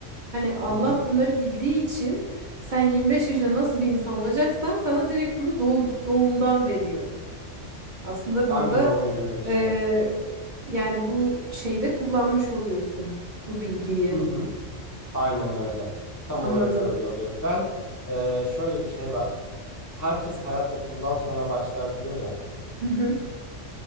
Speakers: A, on the right; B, on the left.
A: hani Allah
B: Hı hı.
A: bunları bildiği için sen 25 yaşında nasıl bir insan olacaksan sana direkt bunu doğum, doğumdan veriyor. Aslında
B: Aynen
A: burada
B: onun gibi bir şey.
A: eee, yani bu şeyde kullanmış oluyorsun bu bilgiyi.
B: Hı hı. Aynen öyle. Tam
A: Anladım.
B: olarak öyle oluyor. Ben eee, şöyle bir şey var. Herkes hayat otuzdan sonra başlar diyor ya.
A: Hı hı.